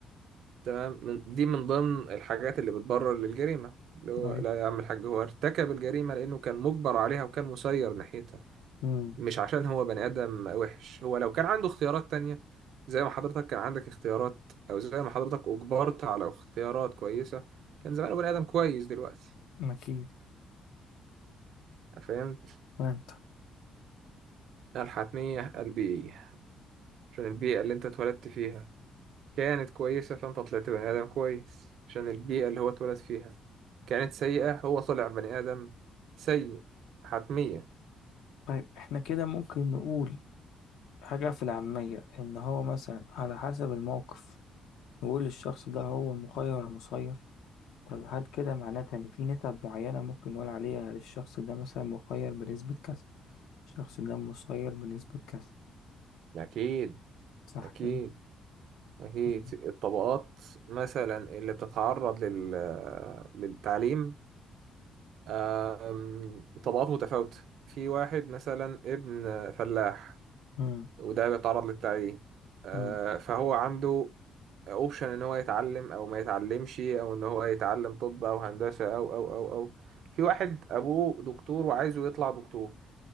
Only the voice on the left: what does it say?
طيب
مم.
أكيد
فهمت
طيب احنا كده ممكن نقول حاجة في العامية إن هو مثلا على حسب الموقف نقول الشخص ده هو مخير ولا مسير طب هل كده معناتها إن في نسب معينة ممكن نقول عليها الشخص ده مثلا مخير بنسبة كذا الشخص ده مسير بنسبة كذا
صح
كده
مم.
مم.
مم.